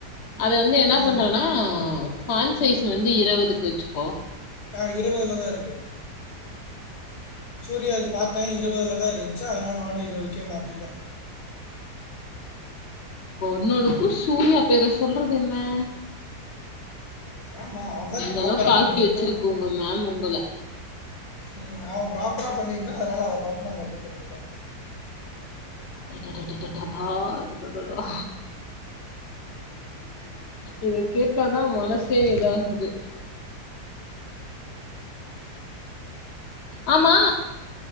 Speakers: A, on the left (about 50°); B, on the left (about 65°).
A: அத வந்து என்னா
B: ம்
A: பண்றனா ஆவ் ஃபான் சைஸ் வந்து இருவதுக் வச்சுக்கோ
B: ஆ இருவதுலதா இருக்கு சூர்யாது பாத்தே இருவதுலதா இருந்ச்சு அதனால நானு இருவதுக்கே மாத்திட்டே
A: ஒன்னொனுக்கு சூர்யா பேர சொல்றதென்ன
B: ஆமா அவன் தான்
A: இந்தளவ்க்
B: ப்ராப்பரா
A: காக்கி
B: பண்ணியிருந்தான்
A: வெச்சிருக்கு உங்க மேம் உங்கள
B: ம் அவன் ப்ராப்பரா பண்ணிருந்தா அதனால அத பாத்து நாங்க அப்டே பண்ணிக்கிட்டோ
A: அடடடடடடாடா அடடடா இத கேட்டாதா மனசே இதாகுது ஆமா